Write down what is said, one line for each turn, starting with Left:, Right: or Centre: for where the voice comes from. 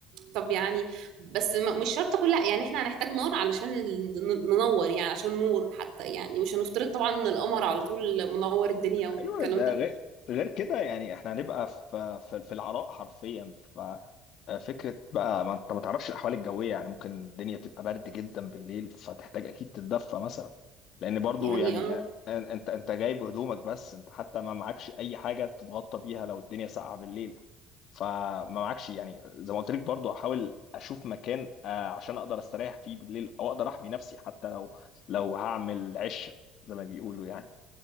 Right: طب يعني بس ما- مش شرط كل يعني احنا هنحتاج نار علشان ال- ن- ننور يعني عشان نور حتى يعني مش هنفترض طبعا ان القمر على طول منور الدنيا والكلام
Left: ايوه ده
Right: ده
Left: غير غير كده يعني احنا هنبقى في في, في العراء حرفيا ففكره بقى ما انت ما تعرفش الاحوال الجويه يعني ممكن الدنيا تبقى برد جدا بالليل فتحتاج اكيد تتدفى مثلا لان برضو
Right: يعني
Left: يعني
Right: اه
Left: أن- انت انت جايب هدومك بس انت حتى ما معكش اي حاجه تتغطى بيها لو الدنيا ساقعه بالليل فما معكش يعني زي ما قلت لك برضو احاول اشوف مكان آه، عشان اقدر استريح فيه بالليل او اقدر احمي نفسي حتى لو لو هعمل عشه زي ما بيقولوا يعني